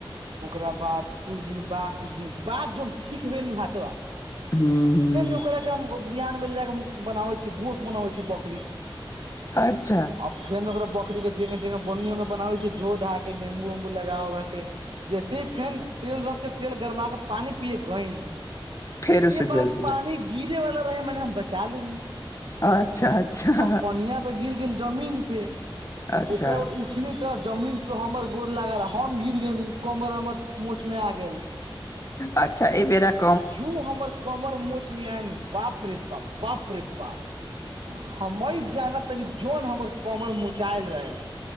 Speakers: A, on the right (about 75°); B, on the left (about 35°).
A: ओकरा बाद कुछु दिन बा कुछ दिन बाद जोल ठीक भेल ह तो
B: हँ हँ
A: ओकरा के बिहान भेल जाक बनाबे छी घोस बनावे छी बकरी के
B: अच्छा
A: आ फेन ओकरा बकरी के जंगे जंगे बनी उ बना होइ छै धो धा के नेम्बू उमबू लगा उगा के जैसे ही फेन तेल रख के तेल गरमा के पानि पियए गयनी
B: फेर उ
A: ई
B: से
A: बार
B: जल गेलक
A: पानि गिरे वाला रहै मने हम बचा लेलियै
B: अच्छा अच्छा
A: आ पोनिया तऽ गिर गेल जमीन पे
B: अच्छा
A: ओकरा बाद उठनी त जमीन प हमर गोर लागल हम गिर गेली कमर हमर मोच मे आ गेल
B: अच्छा ई बेड़क
A: जू हमर कमर मोछ मे आयल बाप रे बाप बाप रे बाप हमई जाना तनी जोन हमर कमर मुचायल रहै